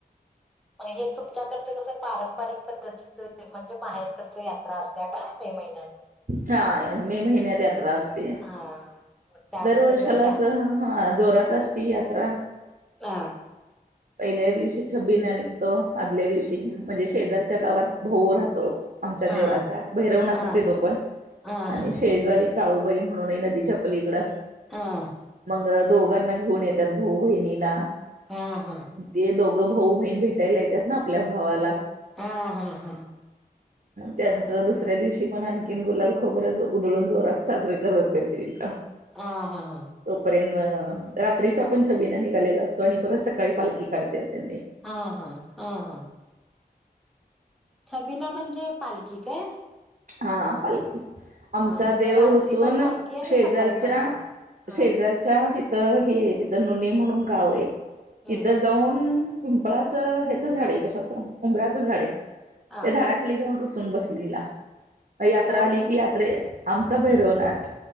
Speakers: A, in the centre; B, on the right.
A: मग हे तुमच्याकडचं कसं पारंपारिक पद्धत <unintelligible> म्हणजे माहेरकडच यात्रा असत्या काय मे महिन्यात?
B: हा मे महिन्यात यात्रा असते.
A: हा मग त्याबद्दल
B: दरवर्षाला
A: जर
B: असं
A: का
B: हा जोरात असती यात्रा.
A: हां
B: पहिल्यां दिवशी छबिना निघतो आदल्या दिवशी म्हणजे शेजांरच्या गावांत भाऊ राहतो आमच्यां
A: हा
B: देवांचा भैरवनाथचं
A: हा
B: आहे तो पणं
A: हा हा
B: आणि शेजारी काळूंबाई म्हणूंन नदीच्या पलीकडे
A: हां
B: मंग दोघांना घेऊंन येतांत भाऊ -बहिणीला
A: हां-हां
B: ते दोघं भाऊ- बहीण भेटांयला येतांत नां आपल्या भावांला
A: हां - हां- हां हम्मं
B: त्यांचं दुसऱ्यां दिवशी पणं आणंखीण गुलाल खोबरचं उकळूंन जोरांत साजरे करतं नाहीं ते तिथं
A: हां-हां-हां
B: तोपर्यंत रात्रीचां आपणं छबीना निघालेला असतो आणि परंत सकाळीं पालखी काढते. त्यांनी
A: हां- हां -हां -हां छबीना म्हणजे पालखी कायं?
B: हां पालखी आमचां
A: म्हणजे
B: देवं
A: रात्री
B: रुसून
A: पण पालखी आणि
B: शेजांरच्या-शेजांरच्या
A: सकाळी पण पा हा
B: तिथं हे तिथं नुने म्हणूंन गावं आहे
A: हम्म
B: तिथंच पिंपळाचं हेचं झाडे आहें उंबराच्या झाडं
A: हा
B: त्यां झाडांखाली खाली जाऊंन रुसूंन बसलेला यात्रा
A: कोण
B: आली
A: हे
B: की यात्रे आमचा भैरवनाथ